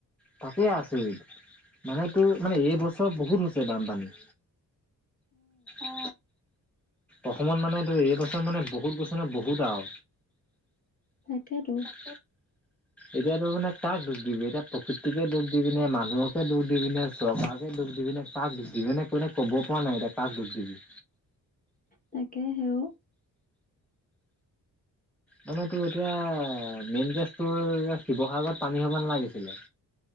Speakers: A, in the centre; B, on the left.
A: তাতেই আছৰিত মানেটো এইবছৰ বহুত হৈছে বানপানী অ অসমত মানে এই এইবছৰ মানে বহুত বছৰত বহুত আও
B: তাকেতো
A: ক এতিয়াাতো মানে কাক দুখ দিবি এতিয়া প্ৰকৃতিকে দোখ দিবিনে মানুহকে দুখ দিবিনে চৰকাৰকে দুখ দিবি নে কাক দুখ দিবি নে কোনে ক'ব পৰা নাই এতিয়া কাক দুখ দিবি
B: তাকেহে অও
A: মানে তোৰ এতিয়া মেইন কেছ তোৰ শিৱসাগৰত পানী হব নালাগিছিলে